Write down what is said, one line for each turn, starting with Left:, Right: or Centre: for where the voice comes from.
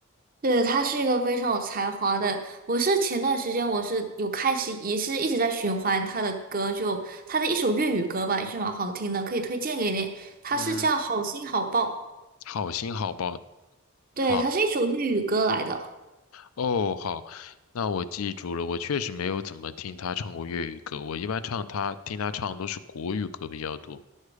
Right: 对，他是一个非常有才华的。我是前段时间我是有开始也是一直在循环他的歌，就他的一首粤语歌吧，也是蛮好听的，可以推荐给你。他是叫《好心好报》，
Left: 嗯，好心好报，
Right: 对，
Left: 好。
Right: 他是一首粤语歌来的。
Left: 哦，好，那我记住了。我确实没有怎么听他唱过粤语歌，我一般唱他听他唱都是国语歌比较多。